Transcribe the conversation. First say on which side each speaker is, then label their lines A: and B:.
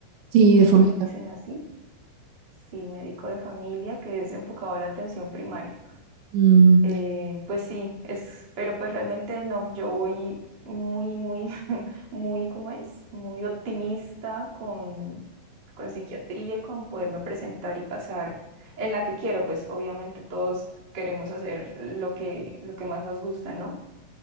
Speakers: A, on the right; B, on the right.
A: Sí,
B: creo
A: de forma
B: que les dicen así. Sí, médico de familia que es enfocado a la atención primaria.
A: Mm,
B: Eh, pues sí, es, pero pues realmente no, yo voy muy, muy <laughs> muy, ¿cómo es? Muy optimista con, con psiquiatría y con poderme presentar y pasar en la que quiero, pues obviamente todos queremos hacer lo que, lo que más nos gusta, ¿no?